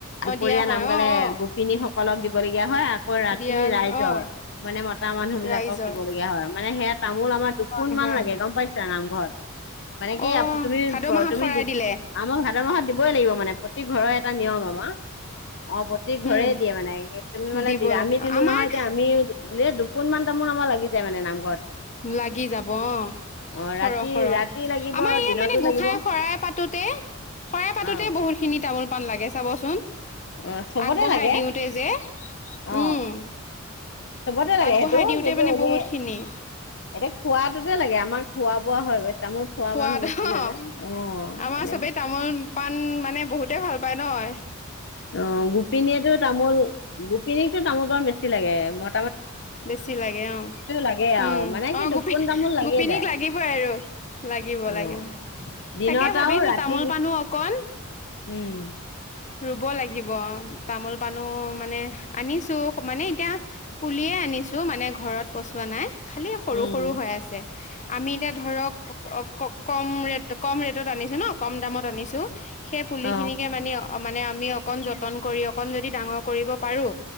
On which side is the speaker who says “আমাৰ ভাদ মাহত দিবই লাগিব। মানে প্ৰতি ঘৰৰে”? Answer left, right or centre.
Left